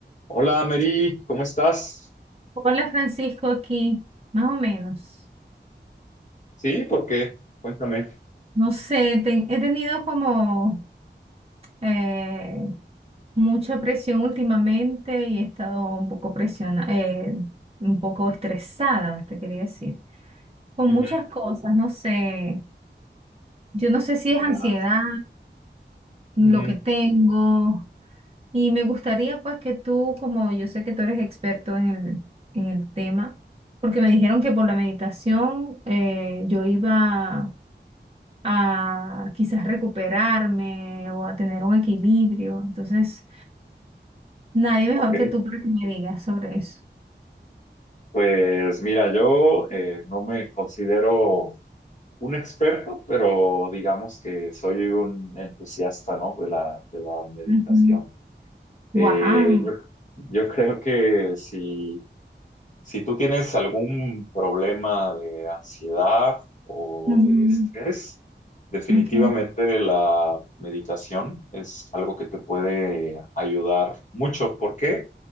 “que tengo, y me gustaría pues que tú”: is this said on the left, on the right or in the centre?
Right